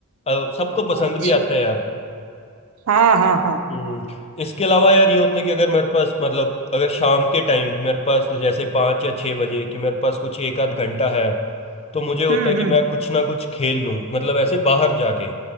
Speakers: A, on the left; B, on the right.
A: अ, सबको पसंद
B: अच्छा
A: भी आता है यार
B: हाँ हाँ हाँ
A: हम्म, इसके अलावा यार ये होता है कि अगर मेरे पास मतलब अगर शाम के टाइम मेरे पास जैसे पाँच या छः बजे कि मेरे पास कुछ एक आध घंटा है तो मुझे होता
B: हम्म
A: है कि
B: हम्म
A: मैं कुछ ना कुछ खेल लूँ मतलब ऐसे बाहर जाके